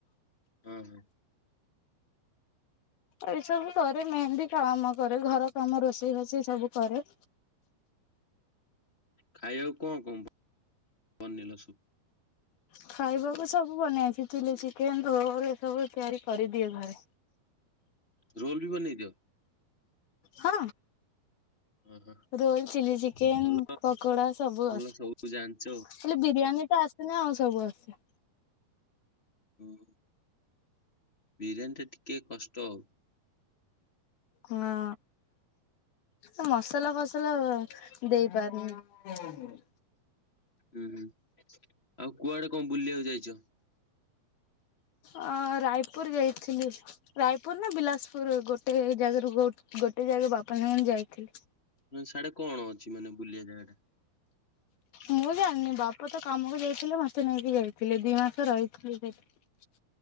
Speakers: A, on the left; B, on the left.
A: ଅଁ ହଁ।
B: ଏଇ ସବୁ କରେନାହିଁ ମେନ୍ ବି କାମ୍ କରେ ଘର କାମ ରୋଷେଇ ଫୋଷେଇ ସବୁ କରେ।
A: ଖାଇବାକୁ କଣ କଣ ବନେଇଲ ସବୁ?
B: ଖାଇବାକୁ ସବୁ ବନେଇଆସେ ଚିଲି ଚିକେନ୍ ରୋଲ୍ ଏସବୁ ତିଆରି କରିଦିଏ ଘରେ।
A: ରୋଲବି ବନେଇ ଦିଅ।
B: ହଁ।
A: ଓହୋ
B: ରୋଲ୍ ଚିଲି ଚିକେନ୍
A: ଭଲ
B: କପଡ଼ା ସବୁ
A: ଭଲ
B: ଆସେ।
A: ସବୁ ଜାଣିଛ
B: ଖାଲି ବିରିୟାନୀଟା ଆସେନି ଆଉ ସବୁ ଆସେ।
A: ହୁଁ। ବିରିୟାନୀଟା ଟିକେ କଷ୍ଟ ଆଉ।
B: ହଁ। ମୁଁ ମସଲା ଫସଲା ଦେଇ ପାରୁନି।
A: ଉଁ ହୁଁ ଆଉ କୁଆଡ଼େ କଣ ବୁଲିବାକୁ ଯାଇଚ?
B: ଅ ରାୟପୁର ଯାଇଥିଲି। ରାୟପୁର ନା ବିିଲାସପୁର ଗୋଟେ ଜାଗାରୁ ଗୋଟେ ଜାଗାରେ ବାପା ମା ମାନେ ଯାଇଥିଲି।
A: ସାଡେ କଣ ଅଛି ମାନେ ବୁଲିବା ଜାଗା ଟା?
B: ମୁଁ ଜାଣିନି ବାପା ତ କାମକୁ ଯାଇଥିଲେ ମତେ ନେଇକି ଯାଇଥିଲେ ଦି ମାସ ରହିଥିଲି ସେଠି।